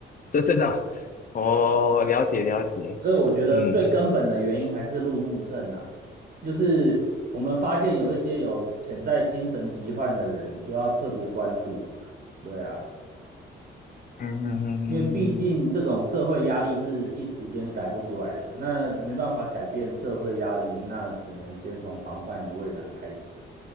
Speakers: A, on the left (about 45°); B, on the right (about 55°).
A: 这真的，哦，了解了解，
B: 所以我觉得最根本的原因还是路怒症啊，
A: 嗯
B: 就是我们发现有一些有潜在精神疾患的人，就要特别关注啊。对啊，
A: 嗯嗯嗯嗯嗯，
B: 因为毕竟这种社会压力是一时间改不出来的，那没办法改变社会压力，那只能先从防范于未然开始啊。